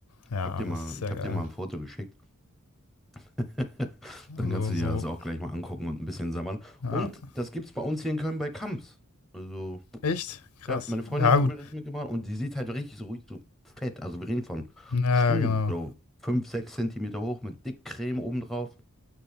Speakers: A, on the left; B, in the centre.
A: ja,
B: Ich habe dir mal,
A: das ist
B: ich
A: sehr
B: hab
A: geil.
B: dir mal ein Foto geschickt. <laughs> Dann
A: Also
B: kannst du dir
A: so,
B: das auch gleich mal angucken und ein bisschen sabbern.
A: ja.
B: Und das gibt's bei uns hier in Köln bei Kamps. Also,
A: Echt? Krass.
B: ja, meine Freundin
A: Ja,
B: hat
A: gut.
B: mir das mitgebracht und die sieht halt richtig so, richtig so fett. Also wir reden von
A: Ja,
B: bestimmt
A: genau.
B: so 5, 6 Zentimeter hoch mit Dickcreme obendrauf.